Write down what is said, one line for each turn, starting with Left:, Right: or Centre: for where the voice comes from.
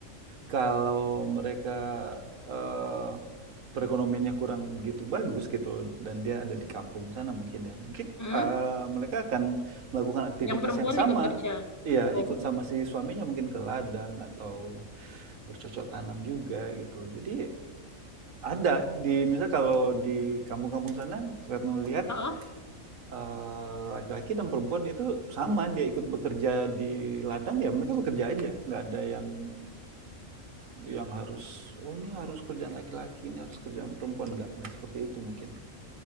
Right: Kalau mereka, eee, perekonomiannya kurang begitu bagus gitu dan dia ada di kampung sana mungkin ya, mungkin, eee,
Left: hmm
Right: mereka akan melakukan aktivitas
Left: Yang perempuan
Right: yang sama.
Left: ikut kerja.
Right: Iya,
Left: Oh,
Right: ikut sama si suaminya mungkin ke ladang atau bercocok tanam juga gitu. Jadi ada di misal kalau di kampung-kampung sana Retno lihat,
Left: ah, ah.
Right: eee, laki-laki dan perempuan itu sama, dia ikut bekerja di ladang ya mereka bekerja aja, nggak ada yang yang harus, oh ini harus kerjaan laki-laki, ini harus kerjaan perempuan. Nggak, nggak seperti itu mungkin.